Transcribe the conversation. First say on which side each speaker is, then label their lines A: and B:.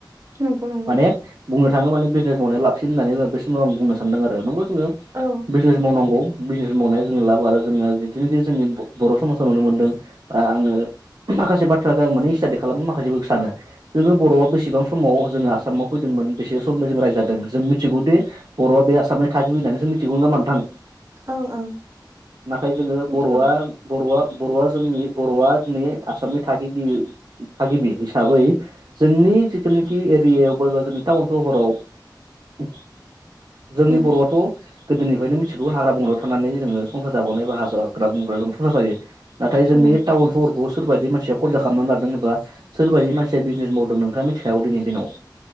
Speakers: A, on the right; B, on the right.
A: नंगौ नंगौ
B: माने बुंनो थाङो माने बिजनेस मावनानै लाबसिन होननानै बे समाव आं बुंनो सानदों आरो नंगौ जोङो
A: औ
B: बिजनेस मावनांगौ बिजनेस मावनाया जोंनि लाब आरो जोङो बिदिनो जोंनि बर' समाजाव नुनो मोनदों बा आङो माखासे बाथ्राखो आं माने स्टाडि खालामो माखासेबो सानो जोङो बर'आ बेसेबां समाव जोङो आसामाव फैदोंमोन बेसेबां समनो जों रायजादों जों मिथिगौ दि बर'आ बे आसामनि थागिबि होननानै जों मिथिगौ नामा नोंथां
A: औ औ
B: नाथाय जोङो
A: मिथिगौ
B: दा बर' बर'आ जोंनि बर'आ दिनै आसामनि थागिबि थागिबि हिसाबै जोंनि जिथुनाखि एरियायाव बबेबा जोंनि टाउन सहराव उम जोंनि
A: उम
B: बर'आथ' गोदोनिफ्रायनो मिथिगौ हाग्रा बंगायाव थानानै जोङो संसार जाबावनाय बा हाग्रा हाग्रा बंग्रा जों संसार जायो नाथाय जोंनि
A: औ
B: टाउन सहरखौ सोरबायदि मानसिया खरजा खालामनानै लादों एबा सोरबदि मानसिया बिजनेस मावदों नोंथाङा मिथिखागौ दिनैनि दिनाव